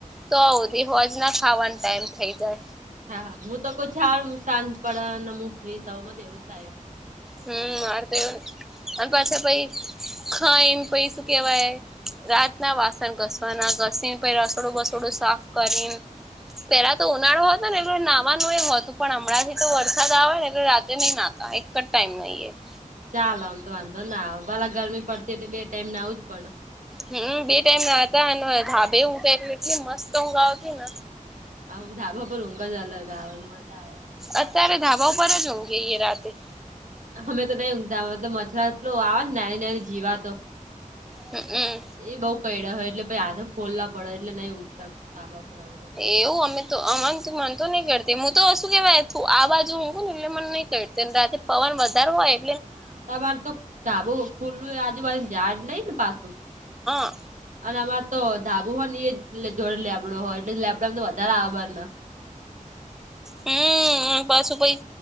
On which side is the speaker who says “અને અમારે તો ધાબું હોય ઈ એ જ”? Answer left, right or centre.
Right